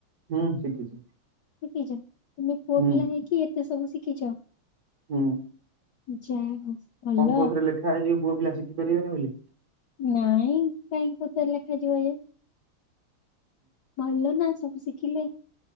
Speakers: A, on the right; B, on the left.
A: ହୁଁ ଶିଖିଛି।
B: ଶିଖିଛ ତୁମେ ପୁଅ
A: ହୁଁ
B: ପିଲା ହେଇଁକି ଏତେ ସବୁ ଶିଖିଛ?
A: ହୁଁ।
B: ଯା ହଉ। ଭଲ।
A: କଣ କୋଉ ଥରେ ଲେଖା ହେଇଯିବ ପୁଅ ପିଲା ଶିଖିପାରିବେନି ବୋଲି।
B: ନାଇଁ କାହିଁକି କୋଉଥେରେ ଲେଖାଯିବ ଯେ ଭଲ ନା ସବୁ ଶିଖିଲେ